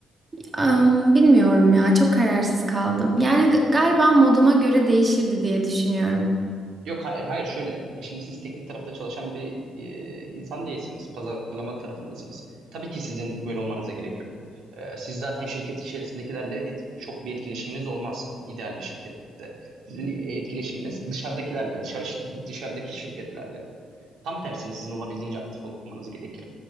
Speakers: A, on the right; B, on the right.
A: Am, bilmiyorum ya çok kararsız kaldım. Yani g- galiba moduma göre değişirdi diye düşünüyorum.
B: Yok hay- hayır şöyle. E, Şimdi siz teknik tarafta çalışan bir e, insan değilsiniz. Pazarlama tarafındasınız. Tabii ki sizin böyle olmanıza gerek yok. E, siz zaten şirket içerisindekilerle et- çok bir etkileşiminiz olmaz ideal bir şirkette. Sizin etkileşiminiz dışarıdakilerle, dışarı dışarıdaki şirketlerle. Tam tersine sizin olabildiğince aktif olmanız gerekir.